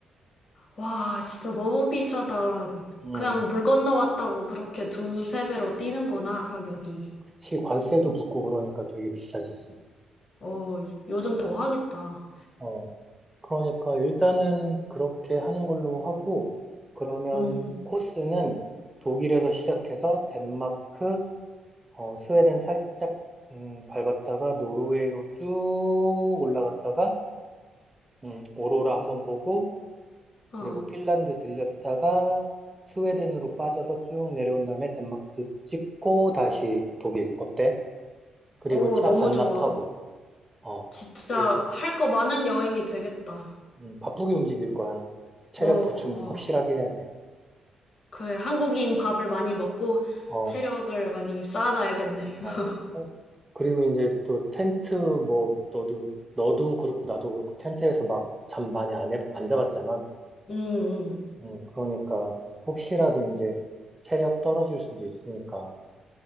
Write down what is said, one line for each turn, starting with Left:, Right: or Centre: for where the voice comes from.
Left: 와, 진짜 너무 비싸다.
Right: 음,
Left: 그냥 물 건너 왔다고 그렇게 두세 배로 뛰는구나, 가격이.
Right: 그치. 관세도 붙고 그러니까 되게 비싸지지.
Left: 어, 요즘 더 하겠다.
Right: 어, 그러니까 일단은 그렇게 하는 걸로 하고, 그러면
Left: 음,
Right: 코스는 독일에서 시작해서 덴마크, 어, 스웨덴 살짝 음, 밟았다가 노르웨이로 쭉 올라갔다가 음, 오로라 한번 보고,
Left: 어.
Right: 그리고 핀란드 들렸다가 스웨덴으로 빠져서 쭉 내려온 다음에 덴마크 드- 찍고 다시 독일 어때? 그리고
Left: 어,
Right: 차
Left: 너무
Right: 반납하고,
Left: 좋아.
Right: 어,
Left: 진짜
Right: 그리고
Left: 할 거 많은 여행이 되겠다.
Right: 음, 바쁘게 움직일 거야. 체력
Left: 어,
Right: 보충
Left: 어.
Right: 확실하게 해야 돼.
Left: 그래. 한국인 밥을 많이 먹고
Right: 어.
Left: 체력을 많이 쌓아놔야겠네.
Right: 어,
Left: <laughs>
Right: 어, 그리고 이제 또 텐트 뭐 너도 너도 그렇고 나도 그렇고 텐트에서 막 잠 많이 안, 해, 안 잡았잖아.
Left: 음,
Right: 음, 그러니까 혹시라도 이제 체력 떨어질 수도 있으니까